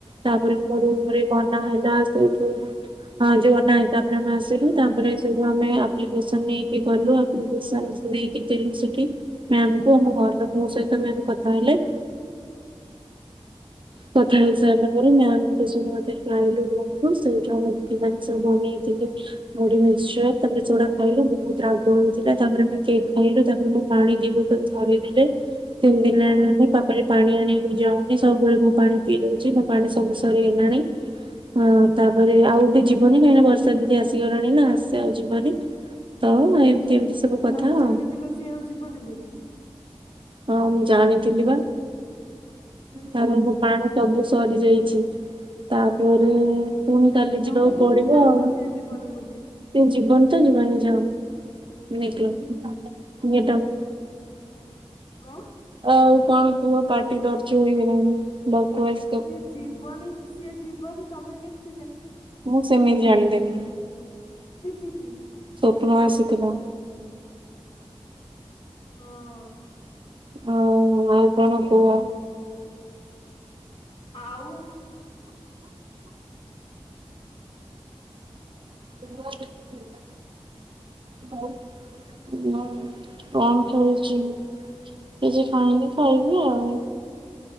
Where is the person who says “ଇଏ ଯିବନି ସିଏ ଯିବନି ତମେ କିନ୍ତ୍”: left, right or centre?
Left